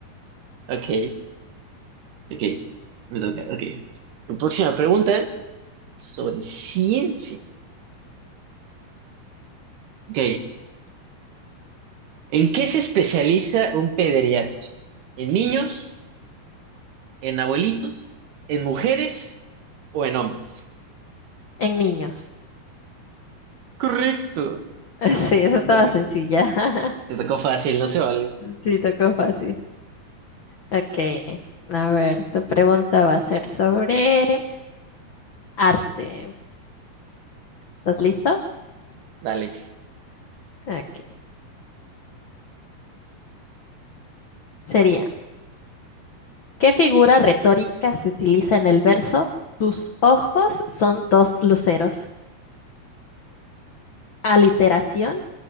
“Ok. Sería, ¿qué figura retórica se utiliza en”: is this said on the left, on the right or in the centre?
Left